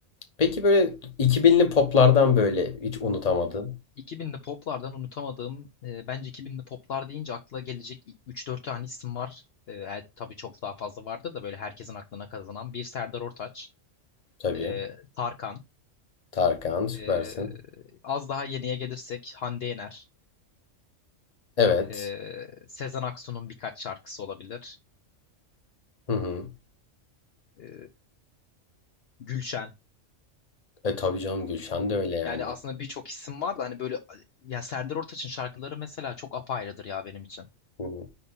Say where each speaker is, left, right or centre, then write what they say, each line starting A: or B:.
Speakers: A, on the left; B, on the left.
A: Peki böyle 2000'li poplardan böyle hiç unutamadın.
B: 2000'li poplardan unutamadığım e, bence 2000'li poplar deyince akla gelecek 3-4 tane isim var. E, e, tabii çok daha fazla vardı da böyle herkesin aklına kazanan bir Serdar Ortaç,
A: Tabii.
B: e, Tarkan,
A: Tarkan süpersin.
B: e, az daha yeniye gelirsek Hande Yener,
A: Evet.
B: e, Sezen Aksu'nun birkaç şarkısı olabilir,
A: Hı hı.
B: e, Gülşen.
A: E tabii canım Gülşen de öyle yani.
B: Yani aslında birçok isim var da hani böyle ya Serdar Ortaç'ın şarkıları mesela çok apayrıdır ya benim için.
A: Hı hı.